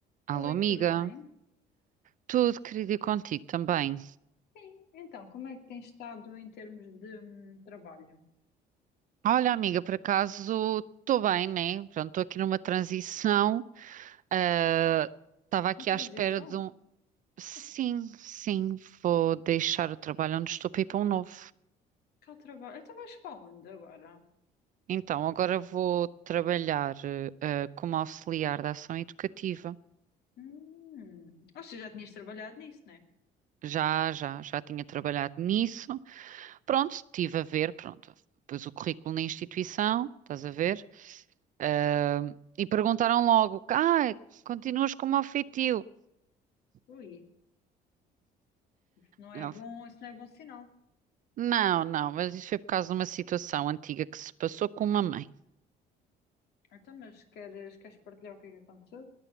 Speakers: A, on the right; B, on the left.
A: Alô,
B: Oi,
A: amiga.
B: tudo bem?
A: Tudo querido e contigo também.
B: Sim, então, como é que tem estado em termos de hum, trabalho?
A: Olha, amiga, por acaso estou bem, né? Pronto, estou aqui numa transição. Ah, Estava aqui
B: Uma transição?
A: à espera de um. Sim,
B: Então,
A: sim, vou deixar o trabalho onde estou para ir para um novo.
B: cá o trabalho. Então vais para onde agora?
A: Então, agora vou trabalhar eh, eh, como auxiliar da ação educativa.
B: Hum, ou seja, já tinhas trabalhado nisso, né?
A: Já, já, já tinha trabalhado nisso. Pronto, estive a ver, pronto, pus o currículo na instituição, estás a ver? Ah, e perguntaram logo, ah, continuas como ofetivo?
B: Ui, isso não é
A: Não,
B: bom, isso não é bom sinal.
A: não, não, mas isso foi por causa de uma situação antiga que se passou com uma mãe.
B: Então, mas queres, queres partilhar o que é que aconteceu?